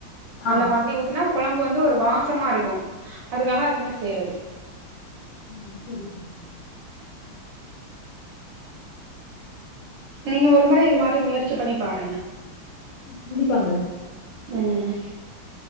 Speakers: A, on the left; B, on the right.
A: ஆ
B: அந்த மாதிரி ஊத் தின்னா கொழம்பு வந்து ஒரு வாசமாருக்கு அதுக்காக அது மேரி செய்றது
A: ஓ செரி செரி செரி
B: நீங்க ஒரு முற இது மாரி முயற்சி பண்ணி பாருங்க
A: கண்டிப்பாங்க
B: ம்